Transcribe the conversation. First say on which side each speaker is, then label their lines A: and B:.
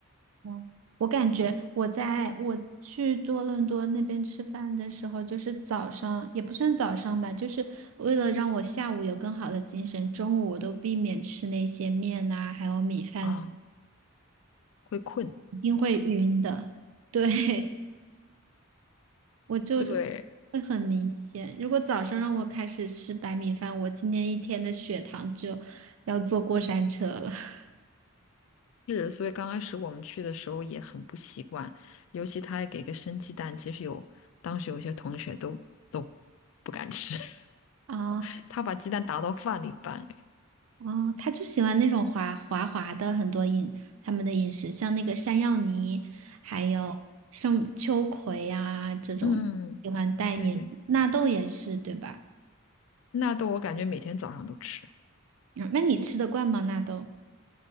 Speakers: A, on the right (about 80°); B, on the left (about 65°).
A: 嗯，我感觉我在我去多伦多那边吃饭的时候，就是早上也不算早上吧，就是为了让我下午有更好的精神，中午我都避免吃那些面呐、还有米饭，
B: 啊，会困。
A: 一定会晕的。对，<laughs> 我就是
B: 对，
A: 会很明显。如果早上让我开始吃白米饭，我今天一天的血糖就要坐过山车了。<laughs>
B: 是，所以刚开始我们去的时候也很不习惯，尤其他还给个生鸡蛋，其实有当时有些同学都都不敢吃，
A: 啊。
B: <laughs> 他把鸡蛋打到饭里拌，哎
A: 哦，他就喜欢那种滑滑滑的很多饮他们的饮食，像那个山药泥，还有像秋葵啊这种，
B: 嗯嗯嗯，嗯对对。
A: 喜欢带黏纳豆也是对吧？
B: 纳豆我感觉每天早上都吃，
A: 嗯，那你吃得惯吗？纳豆？